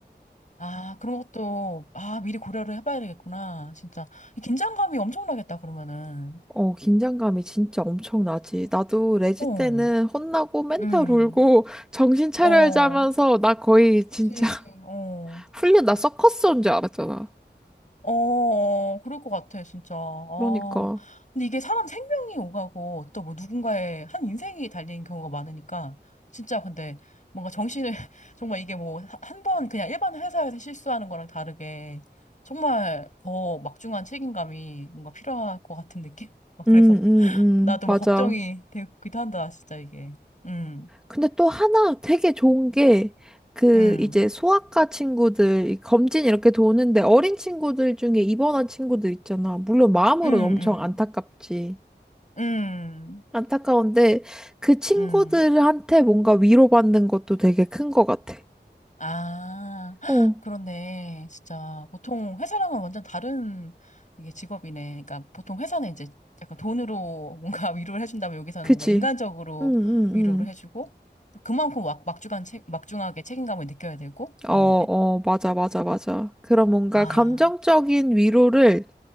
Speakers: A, on the left; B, in the centre.
A: 아, 그런 것도, 아, 미리 고려를 해봐야 되겠구나. 진짜. 이 긴장감이 엄청나겠다, 그러면은.
B: 어, 긴장감이 진짜 엄청 나지. 나도 레지
A: 어,
B: 때는 혼나고 맨날
A: 음,
B: 울고 정신 차려야지
A: 어,
B: 하면서 나 거의
A: 그치,
B: 진짜
A: 어,
B: 훈련 나 서커스 온 줄 알았잖아.
A: 어, 어, 그럴 것 같아, 진짜. 아,
B: 그러니까.
A: 근데 이게 사람 생명이 오가고 또 뭐 누군가의 한 인생이 달린 경우가 많으니까, 진짜 근데 뭔가 정신을, <laughs> 정말 이게 뭐, 한 번 그냥 일반 회사에서 실수하는 거랑 다르게, 정말 더 막중한 책임감이 뭔가 필요할 것 같은 느낌? 막
B: 음,
A: 그래서
B: 음, 음,
A: 나도
B: 맞아.
A: 막 걱정이 되기도 한다, 진짜 이게. 음,
B: 근데 또 하나 되게 좋은 게, 그,
A: 음,
B: 이제 소아과 친구들, 이 검진 이렇게 도는데 어린 친구들 중에 입원한 친구들 있잖아. 물론 마음으로는
A: 음,
B: 엄청
A: 음,
B: 안타깝지.
A: 음,
B: 안타까운데 그 친구들한테
A: 음.
B: 뭔가 위로받는 것도 되게 큰 것 같아.
A: 아, <gasps> 헉,
B: 어,
A: 그렇네. 진짜 보통 회사랑은 완전 다른 이게 직업이네. 그러니까 보통 회사는 이제 약간 돈으로 뭔가 <laughs> 위로를 해준다면 여기서는
B: 그치?
A: 뭔가 인간적으로
B: 응,
A: 위로를
B: 응,
A: 해주고 또 그만큼 막, 막중한 책, 막중하게 책임감을 느껴야 되고 그런
B: 응. 어, 어,
A: 거네.
B: 맞아, 맞아, 맞아. 그런 뭔가
A: 아,
B: 감정적인 위로를